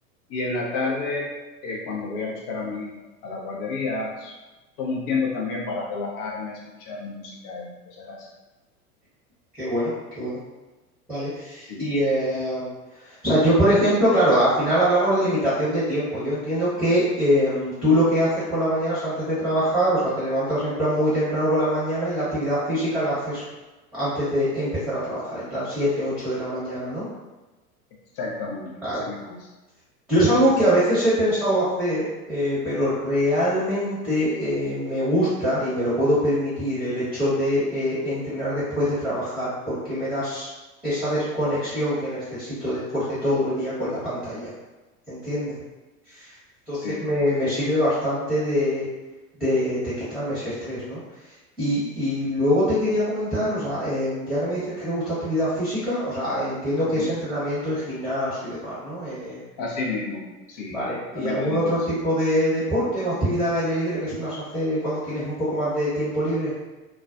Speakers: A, on the left; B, in the centre.
A: y en la tarde, eh, cuando voy a buscar a mi hijo a la guardería, s- tomo un tiempo también para relajarme, escuchar música y cosas así.
B: Qué bueno, qué bueno. Vale.
A: Sí,
B: Y, eh, o sea, yo, por ejemplo, claro, al final hablamos de limitación de tiempo. Yo entiendo que em, tú lo que haces por las mañanas antes de trabajar, o sea, te levantas en plan muy temprano por la mañana y la actividad física la haces antes de empezar a trabajar, en plan 7 8 de la mañana, ¿no?
A: exactamente,
B: Claro.
A: así mismo es.
B: Yo es algo que a veces he pensado hacer, eh, pero realmente eh, me gusta y me lo puedo permitir el hecho de eh, entrenar después de trabajar, porque me das esa desconexión que necesito después de todo el día con la pantalla. ¿Entiendes? Entonces
A: Sí,
B: me, me sirve bastante de, de- de quitarme ese estrés, ¿no? Y, y luego te quería comentar, o sea, em, ya que me dices que te gusta actividad física, o sea, entiendo que
A: ujú,
B: es entrenamiento en gimnasio y demás, ¿no? Eh,
A: Así mismo, sí,
B: Vale.
A: tratamiento
B: ¿Y algún
A: en gimnasio.
B: otro tipo de deporte o actividad al aire libre que suelas hacer eh, cuando tienes un poco más de tiempo libre?